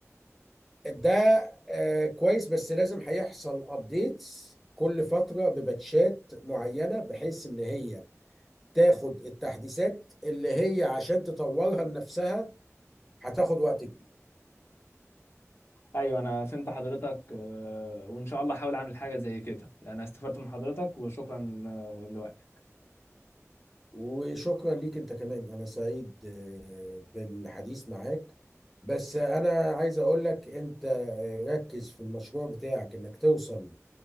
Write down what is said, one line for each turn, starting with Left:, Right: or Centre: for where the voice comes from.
Centre: ده آه، كويس بس لازم هيحصل ابديتس كل فترة بباتشات معينة بحيث ان هي تاخد التحديثات اللي هي عشان تطورها لنفسها هتاخد وقت كبير
Left: ايوه انا فهمت حضرتك آه، وان شاء الله احاول اعمل حاجه زي كده يعني استفدت من حضرتك وشكرا آه، لوقتك
Centre: وشكرا ليك انت كمان انا سعيد آه، بالحديث معاك بس انا عايز اقول لك انت آه، ركز في المشروع بتاعك انك توصل